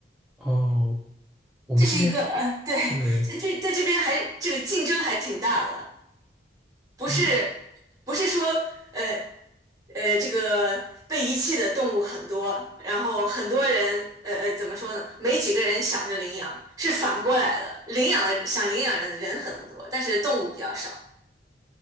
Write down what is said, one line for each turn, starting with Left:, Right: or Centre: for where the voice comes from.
Centre: 哦，我们这边
Right: 这是一个呃，对，
Centre: 对，
Right: 这这在这边还这个竞争还挺大的，不是
Centre: 啊那
Right: 不是说呃呃这个被遗弃的动物很多，然后很多人呃呃怎么说呢？没几个人想着领养，是反过来的，领养的想领养人的人很多，但是动物比较少